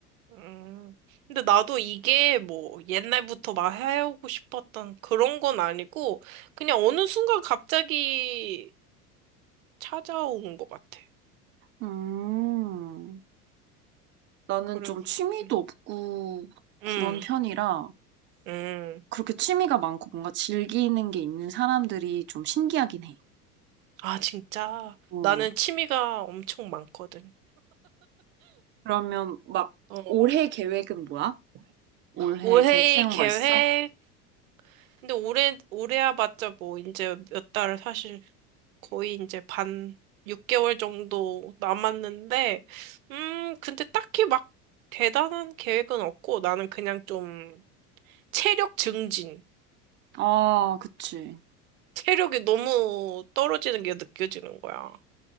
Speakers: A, on the right; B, on the right.
A: 음. 근데 나도 이게 뭐, 옛날부터 막 해오고 싶었던 그런 건 아니고, 그냥 어느 순간 갑자기 찾아온 것 같아.
B: 음, 나는
A: 그래서,
B: 좀 취미도
A: 음,
B: 없고
A: 음,
B: 그런 편이라,
A: 음.
B: 그렇게 취미가 많고 뭔가 즐기는 게 있는 사람들이 좀 신기하긴 해.
A: 아, 진짜.
B: 응.
A: 나는 취미가 엄청 많거든.
B: 그러면 막
A: 어,
B: 올해 계획은 뭐야? 올해
A: 올해
B: 계획 세운
A: 계획,
B: 거 있어?
A: 근데 올해, 올해야 봤자 뭐, 이제 몇 달을 사실 거의 이제 반, 6개월 정도 남았는데, 음, 근데 딱히 막 대단한 계획은 없고, 나는 그냥 좀 체력 증진.
B: 아, 그치.
A: 체력이 너무 떨어지는 게 느껴지는 거야.